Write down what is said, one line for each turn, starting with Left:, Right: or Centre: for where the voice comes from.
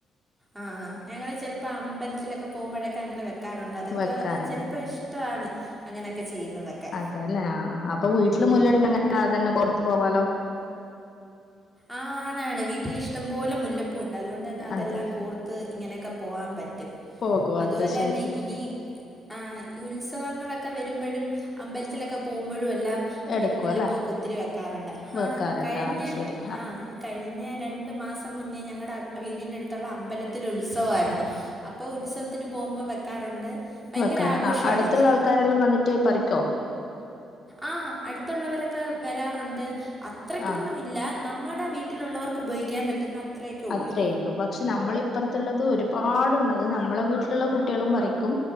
Centre: ആഹ് ഞങ്ങള് ചെലപ്പോ അമ്പലത്തിലൊക്കെ ഒക്കെ പോകുമ്പോഴൊക്കെ അങ്ങനെ വെക്കാറുണ്ട് അതൊക്കെ
Left: വെക്കാറുണ്ട്
Centre: ചെലപ്പോൾ ഇഷ്ടാണ് അങ്ങനെയൊക്കെ ചെയ്യണതൊക്കെ
Left: അതല്ലേ അപ്പൊ വീട്ടില് മുല്ലണൽ അങ്ങനെ അതന്നെ പൊറത്ത് പോവാലോ
Centre: ആഹ് ആണാണ് വീട്ടിൽ ഇഷ്ടം പോലെ മുല്ലപ് പുവ്ണ്ട് അതുകൊണ്ട് തന്നെ അതെല്ലാം
Left: അതെ
Centre: കോർത്ത് ഇങ്ങനെയൊക്കെ പോകാൻ പറ്റും
Left: പോകും
Centre: അതുപോലെന്നെ
Left: അത് ശരി
Centre: ഇനി ആഹ് ഉത്സവങ്ങളൊക്കെ ഒക്കെ വരുമ്പോഴും അമ്പലത്തിലൊക്കെ പോകുമ്പോഴും എല്ലാം ഇങ്ങനെ
Left: എടുക്കും
Centre: മുല്ലപ്പൂവക്കെ
Left: അല്ലെ
Centre: ഒത്തിരി വെക്കാറുണ്ട് ഹ
Left: വെക്കാറുണ്ട്
Centre: കഴിഞ്ഞ
Left: അത് ശരി
Centre: ആഹ് കഴിഞ്ഞ രണ്ടു മാസം മുന്നേ ഞങ്ങടെ വീടിന്റെ അടുത്തുള്ള അമ്പലത്തിൽ ഉത്സവാരുന്നു അപ്പൊ ഉത്സവത്തിന് പോകുമ്പം വെക്കാറുണ്ട് ഭയങ്കര
Left: വെക്കാറുണ്ട്
Centre: ആഘോഷാണത്
Left: ആഹ് അടുത്തുള്ള <unintelligible> പറിക്കോ
Centre: ആഹ് അടുത്തുള്ളവരൊക്കെ വരാറുണ്ട് അ അത്രക്കൊന്നു
Left: ആഹ്
Centre: ഇല്ല നമ്മുടെ വീട്ടിലുള്ളവർക്ക് ഉപയോഗിക്കാൻ പറ്റുന്ന അത്രയൊക്കെ
Left: അത്രേയുള്ളു
Centre: ഉള്ളൂ
Left: ബാ പക്ഷെ നമ്മള ഇപ്പുറത്തുള്ളത് ഒരുപാടുണ്ട് അത് നമ്മളെ വീട്ട്ള്ള കുട്ടികളും പറിക്കും